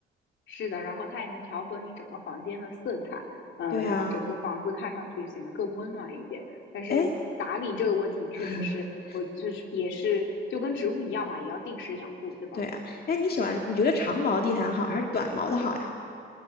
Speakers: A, on the left; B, on the left.
A: 是的，然后它也能调和你整个房间的色彩，嗯、
B: 对啊，
A: 让整个房子看上去显得更温暖一点。但是打理这个问题，
B: 哎 <laughs>，
A: 确实是我就是也是就跟植物一样嘛，也要定时养护，对吧？
B: 对啊，哎，你喜欢，你觉得长毛地毯好还是短毛的好呀？